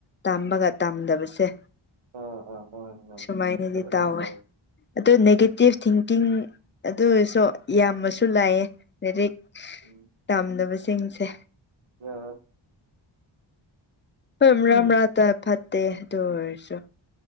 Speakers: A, on the left; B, on the right.
A: ꯇꯝꯕꯒ ꯇꯝꯗꯕꯁꯦ
B: ꯑꯥ ꯑꯥ ꯍꯣꯏ ꯍꯣꯏ
A: ꯁꯨꯃꯥꯏꯅꯗꯤ
B: ꯇꯧꯋꯦ
A: ꯇꯥꯎꯋꯦ
B: ꯇꯧꯋꯦ
A: ꯑꯗꯨ ꯅꯦꯒꯦꯇꯤꯞ ꯊꯤꯡꯀꯤꯡ ꯑꯗꯨ ꯑꯣꯏꯔꯥꯁꯨ ꯌꯥꯝꯅꯁꯨ ꯂꯩꯌꯦ ꯂꯥꯏꯔꯤꯛ
B: ꯎꯝ
A: ꯇꯝꯗꯕꯥꯁꯤꯡꯁꯦ
B: <unintelligible>
A: ꯍꯣꯏ
B: ꯑꯥ
A: ꯃꯔꯛ ꯃꯔꯛꯇꯥ ꯐꯠꯇꯦ ꯑꯗꯨ ꯑꯣꯏꯔꯁꯨ